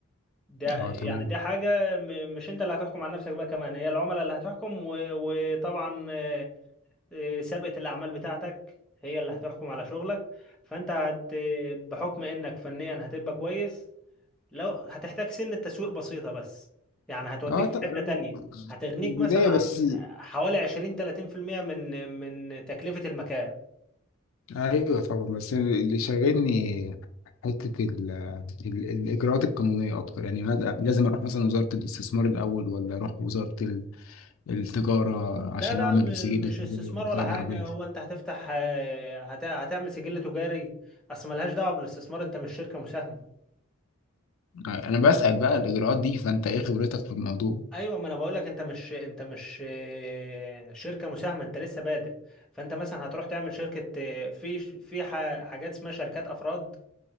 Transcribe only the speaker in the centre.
ده
يعني
دي حاجة م- مش انت اللي هتحكم على نفسك بقى كمان هي العملاء اللي هتحكم و- وطبعا آه، آه، سابقة الأعمال بتاعتك هي اللي هتحكم على شغلك فانت هت بحكم انك فنيا هتبقى كويس لو هتحتاج سن التسويق بسيطة بس يعني هتوديك
في حتة تانية هتغنيك
مثلا عن
حوالي 20 30% من من تكلفة المكان
لا لا
م-
مش
استثمار
ولا حاجة
هو انت هتفتح آه، هت- هتعمل سجل تجاري اصل ملهاش دعوة بالاستثمار انت مش شركة مساهمة
ايوه ما انا بقول لك انت مش انت مش آه، شركة مساهمة انت لسه بادئ فانت مثلا هتروح تعمل شركة آه، في ش- في ح- حاجات اسمها شركات افراد